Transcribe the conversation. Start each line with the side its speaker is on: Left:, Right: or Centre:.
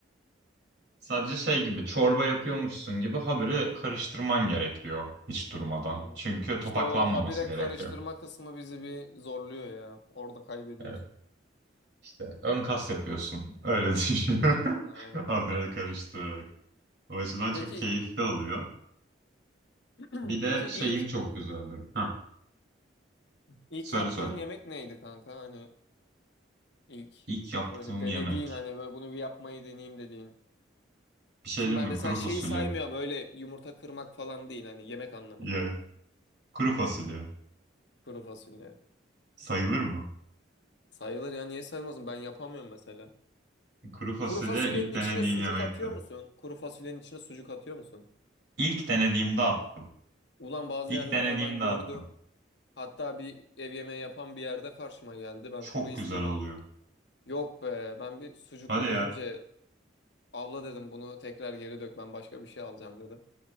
Right: Sadece şey gibi çorba yapıyormuşsun gibi habire karıştırman gerekiyor hiç durmadan.
Left: Hmm.
Right: Çünkü topaklanmaması
Left: İşte o habire
Right: gerekiyor.
Left: karıştırma kısmı bizi bir zorluyor ya. Orada kaybediyoruz.
Right: Evet, işte ön kas yapıyorsun. Öyle düşün. <laughs>
Left: Aynen.
Right: Habire karıştırarak. O açıdan
Left: Peki
Right: çok keyifli oluyor.
Left: <clears throat>
Right: Bir de
Left: peki ilk
Right: şeyim çok güzeldir. Ha,
Left: ilk
Right: söyle
Left: yaptığın
Right: söyle.
Left: yemek neydi kanka? Hani ilk
Right: İlk yaptığım
Left: böyle denediğin
Right: yemek.
Left: hani böyle bunu bir yapmayı deneyeyim dediğin.
Right: Bir şey
Left: Şimdi
Right: değil
Left: ben
Right: mi?
Left: mesela
Right: Kuru
Left: şeyi
Right: fasulye.
Left: saymıyorum öyle yumurta kırmak falan değil hani yemek anlamında.
Right: Ya. Kuru fasulye.
Left: Kuru fasulye.
Right: Sayılır mı?
Left: Sayılır ya niye saymazsın? Ben yapamıyorum mesela.
Right: Kuru fasulye
Left: Kuru fasulyenin
Right: ilk
Left: içine
Right: denediğim
Left: sucuk
Right: yemekti.
Left: atıyor musun? Kuru fasulyenin içine sucuk atıyor musun?
Right: İlk denediğimde attım.
Left: Ulan bazı
Right: İlk
Left: yerlerde
Right: denediğimde
Left: ben gördüm.
Right: attım.
Left: Hatta bir ev yemeği yapan bir yerde karşıma geldi. Ben
Right: Çok
Left: kuru istedim.
Right: güzel oluyor.
Left: Yok be, ben bir sucuklu
Right: Hadi ya.
Left: görünce abla dedim bunu tekrar geri dök ben başka bir şey alacağım dedim.